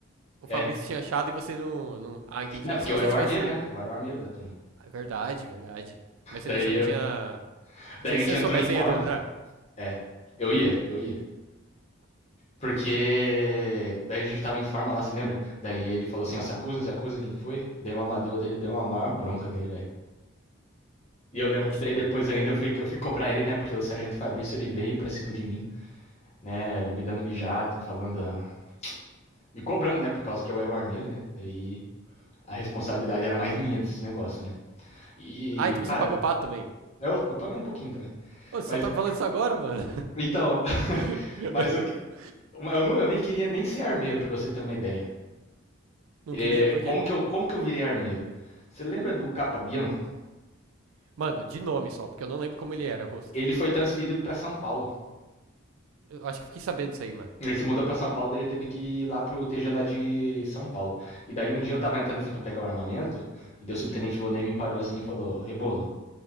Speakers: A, on the right (about 80°); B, on the left (about 30°).
A: o Fabrício
B: É.
A: tinha achado e você não, não- Ah, entendi.
B: Não,
A: E
B: porque
A: se
B: eu
A: você
B: era
A: tivesse.
B: o armeiro, né? Eu era o armeiro da turma.
A: Ah, verdade, verdade. Mas você,
B: Daí,
A: não- você
B: eu,
A: não tinha.
B: daí
A: Se
B: a gente
A: se você
B: entrou
A: soubesse,
B: em forma.
A: você ia adorar.
B: É. Eu ia, eu ia. Porque daí a gente tava em forma lá, se lembra? Daí ele falou assim, ó, se acusa, se acusa quem que foi. Dei uma amadeu dele, deu uma maior bronca nele, velho. E eu
A: Nossa,
B: lembro que daí
A: mano.
B: depois ainda eu fui, eu fui cobrar ele, né? Porque o Sargento Fabrício, ele veio pra cima de mim, né? Me dando mijado, me falando... ah, Me cobrando, né? Por causa que eu era o armeiro, né? Daí a responsabilidade era mais minha desses negócios, né? E,
A: Ah, então
B: cara,
A: você pagou o pato também.
B: eu, eu paguei um pouquinho também.
A: Ô, você
B: Mas,
A: só tá falando isso agora, mano.
B: então, <laughs>
A: <laughs>
B: mas eu, eu, eu nem queria nem ser armeiro, pra você ter uma ideia.
A: Não
B: É,
A: queria? Por
B: como,
A: quê?
B: que eu, como que eu virei armeiro? Você lembra do Capa Bianco?
A: Mano, de nome só, porque eu não lembro como ele era, o rosto.
B: Ele foi transferido para São Paulo.
A: Eu acho que eu fiquei sabendo disso aí, mano.
B: Ele se mudou para São Paulo, daí ele teve que ir lá pro TG lá de São Paulo. E daí um dia eu tava entrando assim para pegar o armamento, e daí o subtenente Volney me parou assim e falou: "Rebolo,